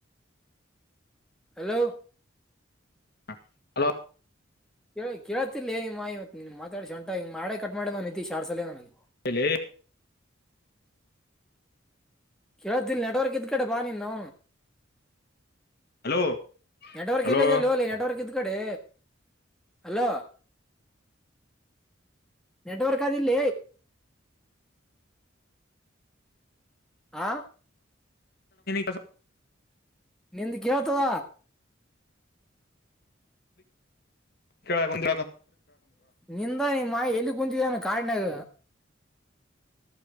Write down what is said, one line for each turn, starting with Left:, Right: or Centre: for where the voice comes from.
Centre: ಹಲೋ
Left: ಹ ಹಲೋ
Centre: ಕೇಳ ಕೇಳತಿಲ್ಲೇ ಮಾ ಇವ ಮಾತಾಡಿ ಶ ಸಂಟ ಹ ಮಾಡೆ ಕಟ್ ಮಾಡಿದ ನ ನಿತಿ ಶಾರಡ್ಸಲ್ಲ ನನಗೆ
Left: ಹೇಳಲ
Centre: ಕೇಳತಿಲ್ ನೆಟ್ವರ್ಕ್ ಇದ್ ಕಡೆ ಬಾನಿ ನ್ನು
Left: ಹಲೋ
Centre: ನೆಟವರ್ಕ
Left: ಹಲೋ
Centre: ಇಲ್ಲ ಚಲ್ಲಲ್ಲ ನೆಟವರ್ಕ ಕಡೆ ಹಲೋ ನೆಟ್ವರ್ಕ್ ಆದದಿಲ್ಲ ಆ
Left: ಕಸ
Centre: ನಿಂದು ಕೇಳ್ತದ
Left: ಕೆ ಒಂದ
Centre: ನಿಂತಾ ನೀ ಮಾ ಎಲ್ಲಿ ಕುಂತಿದಾನು ಕಡಿನಾಗ